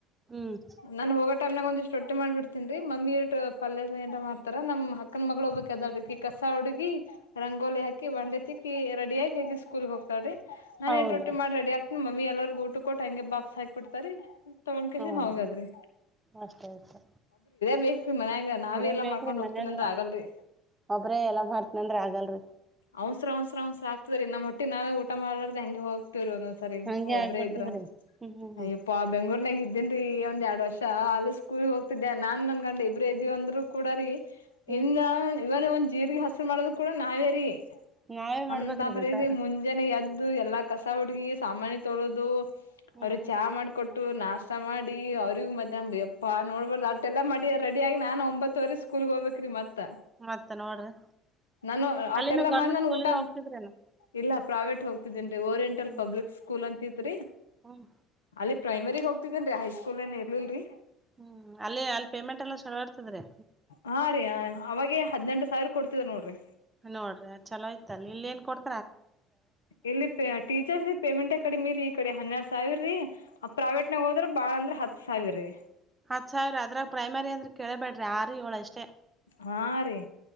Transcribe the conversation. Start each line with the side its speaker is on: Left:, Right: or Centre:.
Right: ಹ್ಮ್
Left: ನನ್ ಹೋಗ ಟೈಂನಗ ಒಂದಿಷ್ಟು ರೊಟ್ಟಿ ಮಾಡ್ಬಿಡ್ತೀನ್ ರೀ ಮಮ್ಮಿರ ಪಲ್ಯ ಎನ್ನರ ಮಾಡ್ತಾರ ನಮ್ ಅಕ್ಕನ್ ಮಗಳು ಒಬ್ಬಕಿ ಅದಾಳರಿ ಅಡ್ಕಿ ಕಸ ಹುಡುಗಿ ರಂಗೋಲಿ ಹಾಕಿ ಬಂದಿಕ್ಕಿ ರೆಡಿ ಆಗಿ ಆಕಿ ಸ್ಕೂಲ್ಗೆ ಹೋಗ್ತಾಳೆ ನನ್
Right: ಹೌದ
Left: ಎದ್ದು ರೊಟ್ಟಿ ಮಾಡಿ ರೆಡಿ ಆಗ್ತನಿ ಮಮ್ಮಿ ಎಲ್ಲಾರ್ಗ ಊಟ ಕೊಟ್ಟ ಹಂಗಗೆ ಬಾಕ್ಸ್ ಹಾಕ್ ಬಿಡ್ತರಿ ತಗೊಂಡಕೇಶನ್
Right: ಹೌದ
Left: ಹೋಗಾದ್ರಿ
Right: ಅಷ್ಟೇ ಅಷ್ಟೇ
Left: ಬೇಕ್ರಿ ಮನ್ಯಾಗ ನಾವೇ
Right: ಇರಬೇಕ್ರಿ
Left: ಎಲ್ಲಾ ಮಾಡ್ಕೊಂಡ್
Right: ಮನೆಯಗಾ
Left: ಹೋಗ್ತೀನ ಅಂದ್ರ ಆಗಲ್ರಿ
Right: ಒಬ್ರೇ ಎಲ್ಲಾ ಮಾಡ್ತೀನಿ ಅಂದ್ರೆ ಆಗಲ್ರಿ
Left: ಅವಸ್ರ ಅವಂಸ್ರ ಅವಸರ ಆಗ್ತಾದ್ರಿ ನಮ್ಮಟ್ಟ ನಾವ ಊಟ ಮಾಡಲಾರದೇ ಹಾಗೆ ಹೋಗತವೀ ಒಂದೊಂದು ಸತಿ ಸರಿ
Right: ಹಂಗೆ
Left: ಒಬ್ರೇ
Right: ಆಗ್ಬಿಡ್ತದ್ರಿ
Left: ಇದ್ರ
Right: ಹ್ಮ್ ಹ್ಮ್ ಹ್ಮ್
Left: ಅಯ್ಯಪ್ಪ ಬೆಂಗಳೂರುರ್ನಾಗ ಇದ್ದೀನ್ರಿ ಒಂದ್ ಎರಡ್ ವರ್ಷ ಆಲಸ್ ಸ್ಕೂಲ್ಗೆ ಹೋಗ್ತಿದ್ದೆ ನಾನ್ ನನ್ನ ಗಂಡ ಇಬ್ಬರೇ ಇದೀವಿ ಅಂದರು ಕೂಡ ರೀ
Right: ಹ್ಮ್
Left: ಇ ಇವಾಗ ಒಂದ್ ಜೀರ್ರಿಗೆ ಮಾಡದು ಕೂಡ ನಾವೇ ರೀ
Right: ನಾವೇ ಮಾಡ್ಬೇಕ್ರಿ
Left: ಅಂತ ಪ್ರರೀತಿ
Right: ಮತ್ತ
Left: ಮುಂಜಾನೆ ಎದ್ದು ಎಲ್ಲಾ ಕಸ ಹುಡುಗಿ ಸಾಮಾನಿ ತೊಳೋದು
Right: ಹ್ಮ್
Left: ಅವ್ರ ಚಾ ಮಾಡಿಕೊಟ್ಟಿ ಕೊಟ್ಟಿ ನಷ್ಟ ಮಾಡಿ ಅವ್ರಿಗೆ ಮಧ್ಯಹ್ನ ಹಾ ನೋಡ್ಬಾರ್ದ್ ಅಟ್ಟೆಲ್ಲ ಮಾಡಿ ರೆಡಿ ಆಗಿ ನಾನ್ ಒಂಬತ್ತ್ತುವರೆ ಸ್ಕೂಲ್ಗ್ ಹೋಗ್ಬೇಕ್ರಿ ಮತ್
Right: ಮತ್ತ ನೋಡ್ರಿ
Left: ನಾನು ಆಟೆಲ್ಲಾ
Right: ಅಲ್ಲಿನೂ
Left: ಮಾಡಿ ನಾನು ಊಟ
Right: ಗೆ ಹೋಗ್ತಿದ್ರೇನ?
Left: ಇಲ್ಲ ಪ್ರಾವೇಟ್ ಹೋಗ ನ್ರಿ ಓರಿಯಂಟಲ್
Right: ಹ್ಮ್
Left: ಪಬ್ಲಿಕ್ ಸ್ಕೂಲ್ ಅಂತತ್ರಿ
Right: ಹ್ಮ್
Left: ಅಲ್ಲಿ ಪ್ರೈಮರಿ ಹೋಗ್ ಹಗಂದ್ರೀ ಹೈ ಸ್ಕೂಲ್ ಏನ್ ಇರ್ಲಿರಿ
Right: ಹ್ಮ್ ಅಲ್ಲಿ ಅಲ್ಲಿ ಪೇಮೆಂಟ್ ಎಲ್ಲ ಚಲೋ ಇರ್ತದ್ರೀ
Left: ಹಾ ರೀ ಅವಾಗ ಹದ್ನೆೆಂಟ ಸಾವಿರ ಕೊಡ್ತಿದ್ರು ನೋಡ್ರಿ
Right: ನೋಡ್ರಿ ಚಲೋಆಯ್ತೆ ಅಲ್ಲಿ ಇಲ್ಲಿ ಏನ್ ಕೊಡ್ತ
Left: ಇಲ್ಲಿ ಟೀಚರ್ಸ್ ಪೇಮೆಂಟ್ ಕಡಿಮೀ ರೀ ಈ ಕಡೆ ಹನ್ನೆರಡು ಸಾವಿರರೀ ಆ ಪ್ರೈವೇಟ್ನಾಗ ಹೋದ್ರೆ ಬಾಳ ಅಂದ್ರೆ ಹತ್ ಸಾವಿರರಿ
Right: ಹತ್ ಸಾವಿರ ಅದ್ರಾಗ ಪ್ರೈಮರಿ ಅಂದ್ರೆ ಕೇಳಬೇಡ್ರಿ ಆರು ಏಳು ಅಷ್ಟೇ
Left: ಹಾ ರೀ